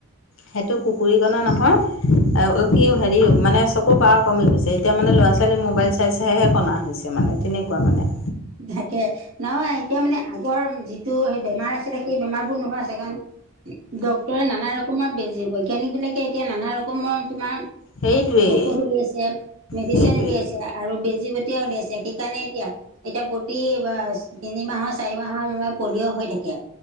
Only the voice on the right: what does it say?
ধাকে, নহয় এতিয়া মানে আগৰ যিটো সেই বেমাৰ আছিলে সেই বেমাৰবোৰ নোহোৱা হৈছে কাৰণ ডক্তৰে নানা ৰকমৰ বেজি, বৈজ্ঞানিকবিলাকে এতিয়া নানা ৰকমৰ তোমাৰ
ঔষধ উলিয়াইছে, মেডিচিন
উলিয়াইছে আৰু বেজী বটীয়া উলিয়াইছে সেইকাৰণে এতিয়া এতিয়া প্ৰতি বাচ তিনিমাহৰ - চাৰিমাহৰ লগত পলিঅ' হৈ থাকে,